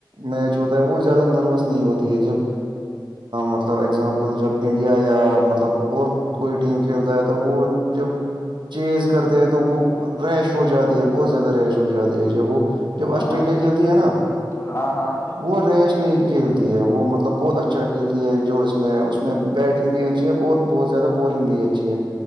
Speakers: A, on the right; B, on the left.
A: میچ ہوتا ہے وہ زیادہ نروس نہیں ہوتا یہ جب مطلب اگزامپل جب انڈیا یا مطلب اور کوئی ٹیم کھیلتا ہے تو وہ جب چیز کرتے ہیں تو وہ ریش ہو جاتی ہے بہت زیادہ ریش ہو جاتے ہے جب وہ جب
B: ہاں
A: آسٹریلیا کھیلتی ہے نا
B: ہاں ہاں
A: وہ ریش نہیں کھیلتی ہے وہ مطلب بہت اچھا کھیل یہ ہے جو اس میں اس میں بیٹنگ بھی اچھی ا اور بہت زیادہ بورنگ بھی اچھی ہے